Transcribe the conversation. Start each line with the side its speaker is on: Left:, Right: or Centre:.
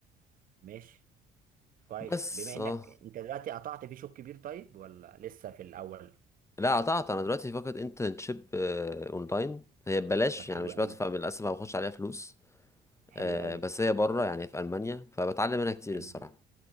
Right: ماشي كويس
Left: بس
Right: بما انك
Left: اه
Right: انت دلوقتي قطعت في شوط كبير طيب ولا لسه في الاول
Left: لا قطعت انا دلوقتي فقط انترنشيب اونلاين هي ببلاش
Right: طب حلو
Left: يعني مش
Right: قوي
Left: بدفع للاسف ما باخدش عليها فلوس
Right: حلو
Left: آه،
Right: قوي
Left: بس هي بره يعني في المانيا فبتعلم منها كتير
Right: حلو
Left: الصراحه